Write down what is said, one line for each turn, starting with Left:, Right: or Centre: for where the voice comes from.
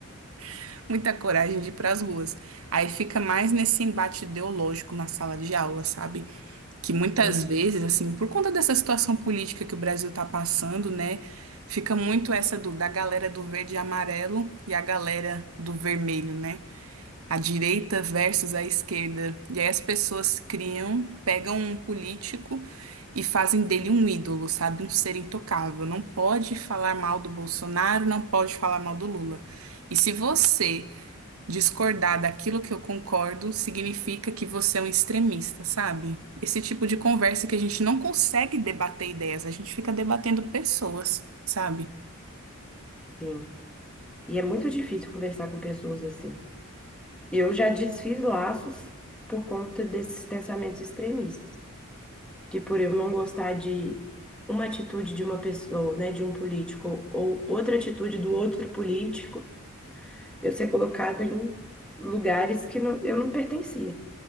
Right: <laughs> muita coragem de ir para as ruas. Aí fica mais nesse embate ideológico na sala de aula, sabe? Que muitas
Centre: Sim,
Right: vezes, assim, por conta dessa situação política que o Brasil tá passando, né? Fica muito essa do, da galera do verde e amarelo e a galera do vermelho, né? a direita versus a esquerda. E aí as pessoas criam, pegam um político e fazem dele um ídolo, sabe? Um ser intocável. Não pode falar mal do Bolsonaro, não pode falar mal do Lula. E se você discordar daquilo que eu concordo, significa que você é um extremista, sabe? Esse tipo de conversa que a gente não consegue debater ideias, a gente fica debatendo pessoas, sabe?
Centre: sim. E é muito difícil conversar com pessoas assim. Eu já desfiz laços por conta desses pensamentos extremistas, que por eu não gostar de uma atitude de uma pessoa, né, de um político ou outra atitude do outro político, eu ser colocada em lugares que não- eu não pertencia.